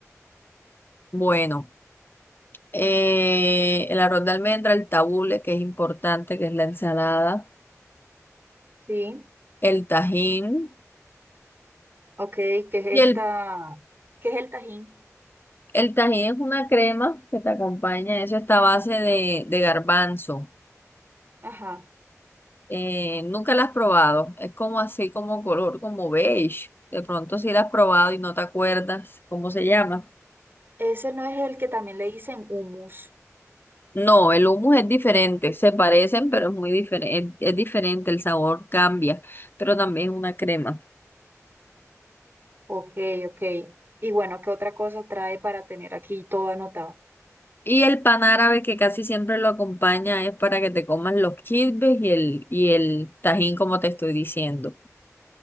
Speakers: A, on the left; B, on the right.
A: Bueno, eh, el arroz de almendra, el tabule, que es importante, que es la ensalada,
B: Sí.
A: el tajín.
B: Ok, ¿qué es
A: Y el,
B: esta? ¿Qué es el tajín?
A: el tajín es una crema que te acompaña, eso está a base de, de garbanzo.
B: Ajá.
A: Eh, nunca la has probado. Es como así, como color, como beige. De pronto si la has probado y no te acuerdas cómo se llama.
B: Ese no es el que también le dicen hummus.
A: No, el hummus es diferente. Se parecen, pero es muy diferente. Es, es diferente, el sabor cambia, pero también es una crema.
B: Ok, ok. Y bueno, ¿qué otra cosa trae para tener aquí todo anotado?
A: Y el pan árabe que casi siempre lo acompaña es para que te comas los kibbes y el, y el tajín, como te estoy diciendo.